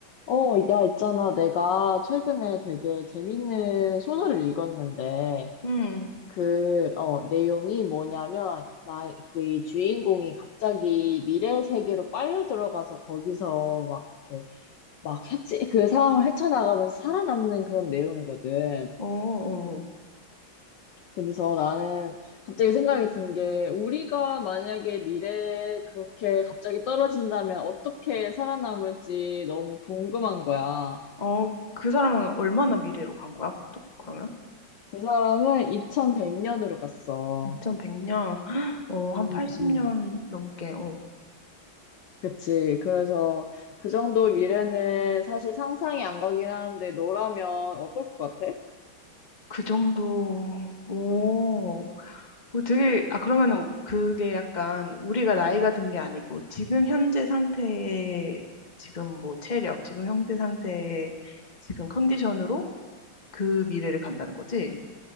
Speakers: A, on the left (about 70°); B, on the left (about 25°).
A: 어, 야, 있잖아. 내가 최근에 되게 재밌는 소설을 읽었는데,
B: 음,
A: 그, 어, 내용이 뭐냐면, 말, 그이 주인공이 갑자기 미래 세계로 빨려 들어가서 거기서 막, 이렇게, 막 헤치, 그 상황을 헤쳐나가면서 살아남는 그런 내용이거든.
B: 어, 어,
A: 그래서 나는 갑자기 생각이 든 게, 우리가 만약에 미래에 그렇게 갑자기 떨어진다면 어떻게 살아남을지 너무 궁금한 거야.
B: 어, 그 사람은 얼마나 미래로 간 거야, 보통? 그러면?
A: 그 사람은 2100년으로 갔어.
B: 2100년, <gasps> 어, 한 80년
A: 응, 응.
B: 넘게, 어,
A: 그치. 그래서 그 정도 미래는 사실 상상이 안 가긴 하는데 너라면 어떨 것 같아?
B: 그 정도, 오, 그 되게, 아, 그러면은 그게 약간 우리가 나이가 든 게 아니고, 지금 현재 상태의, 지금 뭐 체력, 지금 현재 상태의 지금 컨디션으로 그 미래를 간다는 거지?